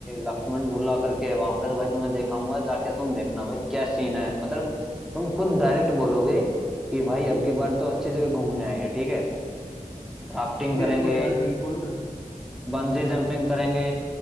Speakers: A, in the centre; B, on the left.
A: लक्ष्मण झूला करके है वहाँ पे तो भाई तुम्हें दिखाऊंगा जाके तुम देखना भाई क्या सीन है मतलब तुम खुद डायरेक्ट बोलोगे कि भाई अब की बार तो अच्छी जगह घूमने आए हैं ठीक है राफ्टिंग
B: बिल्कुल
A: करेंगे
B: यार बिल्कुल
A: बंजी जंपिंग करेंगे